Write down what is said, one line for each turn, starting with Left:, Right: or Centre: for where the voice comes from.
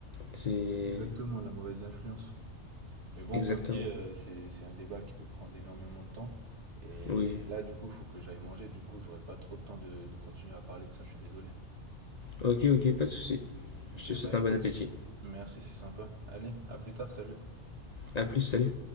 Left: C'est
Right: Exactement, la mauvaise influence. Mais bon,
Left: exactement.
Right: comme dit, euh, c'est, c'est un débat qui peut prendre énormément de temps. Et
Left: Oui.
Right: là, du coup, il faut que j'aille manger. Du coup, j'aurai pas trop le temps de, de continuer à parler de ça. Je suis désolé.
Left: Ok, ok, pas de souci.
Right: Ok,
Left: Je te souhaite
Right: bah écoute,
Left: un bon appétit.
Right: merci, c'est sympa. Allez, à plus tard, salut.
Left: À plus, salut.